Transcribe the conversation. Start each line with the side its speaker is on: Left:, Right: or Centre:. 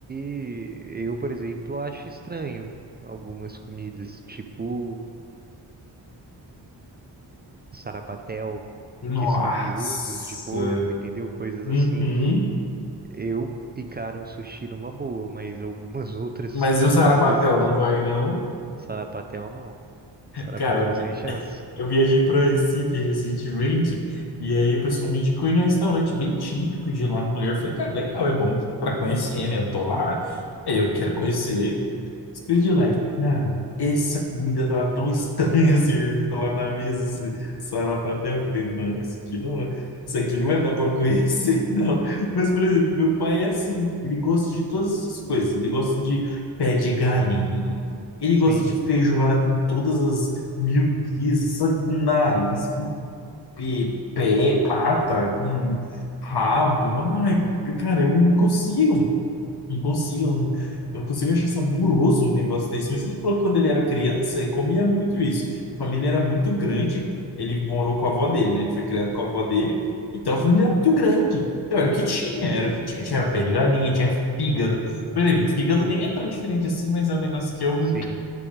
Right: eu, por exemplo, acho estranho algumas comidas, tipo sarapatel,
Left: Nossa.
Right: que são miúdos de porco, entendeu? Coisas
Left: Uhum.
Right: assim. Eu encaro um sushi numa boa, mas algumas <laughs> outras
Left: Mas e o Sarapatel
Right: comidas não.
Left: não vai, não?
Right: Sarapatel não. Sarapatel
Left: Cara, eu, vi-
Right: sem chance.
Left: eu viajei para Recife recentemente e aí o pessoal me indicou ir num restaurante bem típico de lá no lugar. Eu falei, cara, legal, é bom para conhecer, né? Eu tô lá, é eu quero conhecer. Speed like, cara, essa comida tava tão estranha servida lá na mesa, esse sarapatel. Eu falei, não, isso aqui não, é- isso aqui não vai dar pra eu conhecer, <laughs> não. Mas, por exemplo, meu pai é assim, ele gosta de todas essas coisas. Ele gosta de pé de galinha, ele
Right: Sim,
Left: gosta de feijoada com todas as miudezas, sabe? Com nariz, com pé, pé, pata, com rabo. Ai, cara, eu não consigo. Não consigo, não não consigo achar saboroso o negócio desse. Mas ele falou que quando ele era criança, ele comia muito isso. A família era muito grande. Ele morou com a avó dele, né? Ele foi criado com a avó dele. Então a família era muito grande. Então era o que tinha, era o que tinha. Tinha pé de galinha, tinha fígado. Por exemplo, fígado nem é tão diferente assim, mas é um negócio que eu não
Right: sim.